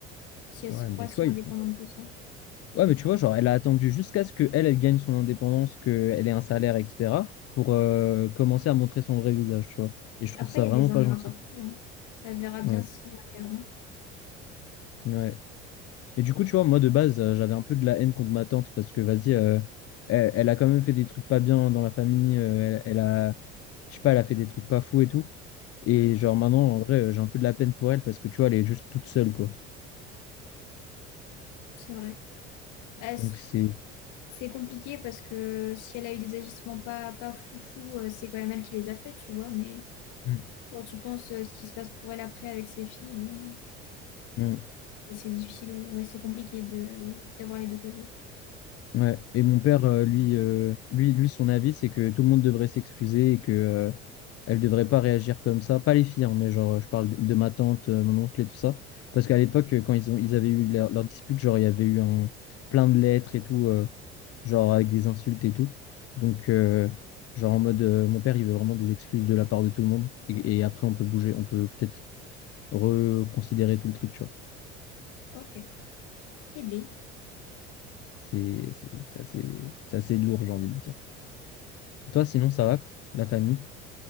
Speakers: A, on the left; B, on the left.
A: Si elle
B: Ouais,
A: se croit
B: mais tu
A: si
B: vois,
A: indépendante
B: il-
A: que ça.
B: Ouais, mais tu vois, genre, elle a attendu jusqu'à ce que elle elle gagne son indépendance, qu'elle ait un salaire, etc., pour euh, commencer à montrer son vrai visage, tu vois. Et je trouve
A: Après,
B: ça
A: il
B: vraiment
A: y a des ingrats
B: pas gentil.
A: partout. hein. Elle verra
B: Ouais,
A: bien s'il y a un karma.
B: ouais. Mais du coup, tu vois, moi, de base, euh, j'avais un peu de la haine contre ma tante parce que, vas-y, euh, elle, elle a quand même fait des trucs pas bien dans la famille. euh, elle, elle a, je sais pas, elle a fait des trucs pas fous et tout. Et
A: Hum,
B: genre, maintenant, en vrai, euh, j'ai un peu de la peine pour elle parce que, tu vois, elle est juste toute seule, quoi.
A: c'est vrai. Bah, c'est-
B: Donc, c'est.
A: C'est compliqué parce que si elle a eu des agissements pas, pas foufou, euh, c'est quand même elle qui les a faits, tu vois. Mais
B: Mm,
A: quand tu penses euh, ce qui se passe pour elle après avec ses filles, bon,
B: mm.
A: et c'est difficile, euh, ouais, c'est compliqué de d'avoir les deux causés.
B: Ouais. Et mon père, euh, lui, euh, lui, lui, son avis, c'est que tout le monde devrait s'excuser et que euh, elle devrait pas réagir comme ça. Pas les filles, hein, mais genre, euh, je parle de, de ma tante, euh, mon oncle et tout ça. Parce qu'à l'époque, euh, quand ils ont, ils avaient eu leur, leur dispute, genre, il y avait eu un, plein de lettres et tout, euh, genre avec des insultes et tout. Donc, euh, genre en mode, euh, mon père, il veut vraiment des excuses de la part de tout le monde. Et, et après, on peut bouger, on peut peut-être reconsidérer tout le truc, tu vois.
A: Ok. Eh bien,
B: C'est, c'est, c'est assez, c'est assez lourd, j'ai envie de dire. Toi, sinon, ça va, la famille?